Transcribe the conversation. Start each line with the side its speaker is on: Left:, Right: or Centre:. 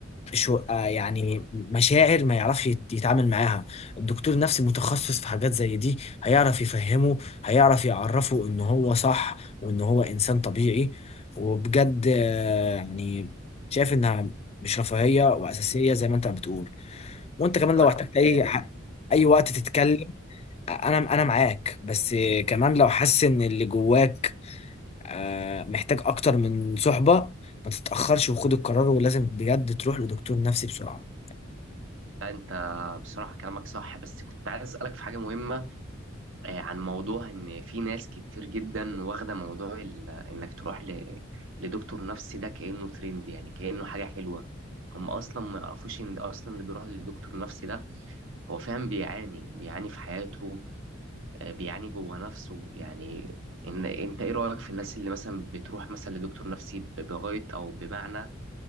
Left: شو آه، يعني مشاعر ما يعرفش يت- يتعامل معاها الدكتور النفسي متخصص في حاجات زي دي هيعرف يفهمه هيعرف يعرفه ان هو صح وان هو انسان طبيعي وبجد آه، يعني شايف انها مش رفاهية واساسية زي ما انت بتقول وانت كمان
Right: طب
Left: لو
Right: أنا
Left: احتجت
Right: كنت
Left: اي ح- اي وقت تتكلم انا انا معاك بس آه، كمان لو حاسس ان اللي جواك آه، محتاج اكتر من صحبة ما تتأخرش وخد القرار ولازم بجد تروح لدكتور نفسي بسرعة
Right: لا انت بصراحة كلامك صح بس كنت عايز اسألك في حاجة مهمة آه، عن موضوع ان في ناس كتير جدا واخدة موضوع ال- انك تروح ل... لدكتور نفسي ده كأنه ترند يعني كأنه حاجة حلوة هم اصلا ما يعرفوش ان اصلا اللي بيروح لدكتور نفسي ده هو فعلا بيعاني بيعاني في حياته آه، بيعاني جوه نفسه يعني ان انت ايه رأيك في الناس اللي مثلا بتروح مثلا لدكتور نفسي ب- بغاية او بمعنى